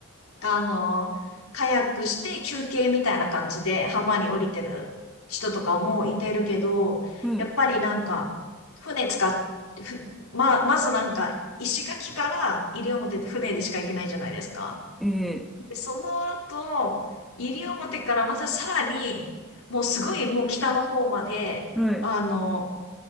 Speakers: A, on the left; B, in the centre.
A: あの、カヤックして休憩みたいな感じで浜に降りてる人とかもいてるけど、
B: い。えはい。
A: やっぱりなんか、船使って、ふまあ、まずなんか、石垣から西表って船でしか行けないじゃないですか。
B: え
A: で、その後、西表からまたさらに、もうすごいもう北の方まで、
B: ーはい。
A: あの、